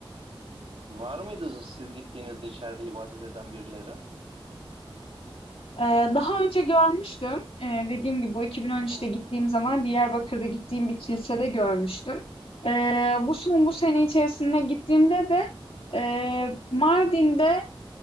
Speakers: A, on the right; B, on the left.
A: Var mıydı siz gittiğinizde içeride ibadet eden birileri?
B: Eee, daha önce görmüştüm. Eee, dediğim gibi bu 2013'te
A: Hı hı.
B: gittiğim zaman Diyarbakır'da gittiğim bir kilisede görmüştüm. Eee, bu son bu sene içerisinde gittiğimde de eee, Mardin'de